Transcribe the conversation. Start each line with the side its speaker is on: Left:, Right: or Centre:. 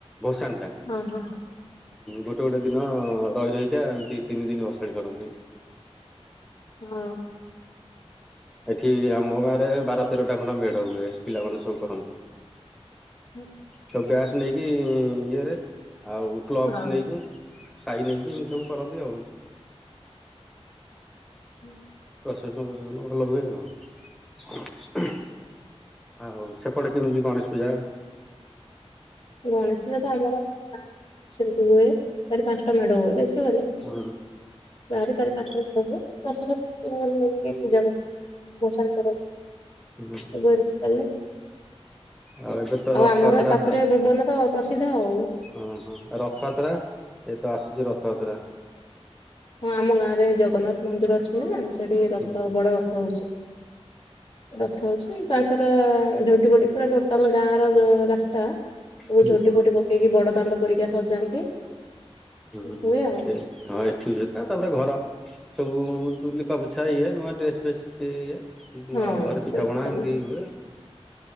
Centre: ଭସାଣିଟା
Left: ହଁ ହଁ
Centre: ଗୋଟେ ଗୋଟେ ଦିନ ରହି ରହି କା ଦି ତିନି ଦିନ ଭସା ଭସାଣି କରନ୍ତି।
Left: ହଁ
Centre: ଏଠି ଆମ ଗାଁ ରେ ବାର ତେରଟା ଖଣ୍ଡା ମେଢ ହୁଏ ପିଲାମାନେ ସବୁ କରନ୍ତି।
Left: ହଁ
Centre: ସବୁ ବ୍ୟାଚ ନେଇକି ଇଏରେ ଆଉ କ୍ଲବ
Left: ହଁ
Centre: ନେଇକି। ସାଇ ନେଇକି ଏମିତି ସବୁ କରନ୍ତି ଆଉ।
Left: ହୁଁ।
Centre: ପ୍ରସେସନ ପ୍ରସେସନ ଭଲ ହୁଏ ଆଉ। ଆଉ ସେପଟେ କେମିତି ଗଣେଶ ପୂଜା
Left: ଗଣେଶ ପୂଜା ତ ଆମର ସେମିତି ହୁଏ ଚାରି ପାଞ୍ଚଟା ମେଢ ହୁଏ ବେଶୀ ହୁଏନି
Centre: ଉଁ
Left: ଗାଁ ରେ ଚାରି ପାଞ୍ଚଟା ମେଢ଼ ହୁଏ ପ୍ରସେସନ୍ ଦିନରେ ହୁଏ। କି ପୂଜା କରନ୍ତି ଭସାଣ କରନ୍ତି।
Centre: ହୁଁ
Left: ସବୁ ଏମିତି ଚାଲେ
Centre: ଆଉ ଏବେ ତ ରଥଯାତ୍ରା
Left: ଆମର ଏ ପାଖରେ
Centre: ହଁ
Left: ଭୁବନ ତ ପ୍ରସିଦ୍ଧ ଆଉ
Centre: ହଁ ହଁ ରଥଯାତ୍ରା। ଏ ତ ଆସୁଛି ରଥଯାତ୍ରା।
Left: ହଁ ଆମ ଗାଁ ରେ ଜଗନ୍ନାଥ ମନ୍ଦିର ହେ ନା ସେଠି ରଥ
Centre: ହୁଁ
Left: ବଡ଼ ରଥ ହଉଛି ରଥ ହଉଛି ଗାଁ ସାରା ଝୋଟି ଭଟି ପୁରା ଟୋଟାଲ ଗାଁ ର ରାସ୍ତା ସବୁ
Centre: ହୁଁ
Left: ଝୋଟି ଫୋଟି ପକେଇକି ବଡ ଦାଣ୍ଡ ପରିକା ସଜାନ୍ତି।
Centre: ହୁଁ ହ ହୁଁ
Left: ହୁଏ
Centre: ହୁଁ
Left: ଆଉ।
Centre: ସେ ହଁଏ <unintelligible> ତାପରେ ଘର ସବୁ ଲିପାପୋଛା ଇଏ ନୂଆ ଡ୍ରେସ୍ ଫ୍ରେସ୍ ଇଏ।
Left: ହଁ
Centre: ଆଉ ଘରେ
Left: ସେ
Centre: ପିଠା ପଣା
Left: ଚାଲେ
Centre: ଏମିତି ହୁଏ।